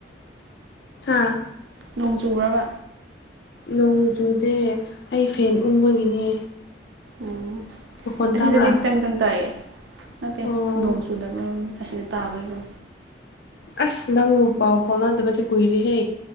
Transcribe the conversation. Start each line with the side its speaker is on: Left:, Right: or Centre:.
Left: ꯑꯥ
Right: ꯅꯣꯡ ꯆꯨꯔꯕ
Left: ꯅꯣꯡ ꯆꯨꯗꯦ ꯑꯩ ꯐꯦꯟ ꯎꯪꯕꯒꯤꯅꯦ
Right: ꯎꯝ
Left: ꯃꯈꯣꯟ
Right: ꯑꯁꯤꯗꯗꯤ
Left: ꯇꯥꯕ꯭ꯔꯥ
Right: ꯈꯤꯇꯪꯇꯪ ꯇꯥꯏꯌꯦ ꯅꯠꯇꯦ
Left: ꯑꯣ
Right: ꯅꯣꯡ ꯆꯨꯗꯕꯝ ꯑꯁꯤꯗ ꯇꯥꯕꯩꯀꯣ
Left: ꯑꯁ ꯅꯪꯕꯨ ꯄꯥꯎ ꯐꯥꯎꯅꯗꯕꯁꯦ ꯀꯨꯏꯔꯤꯍꯦ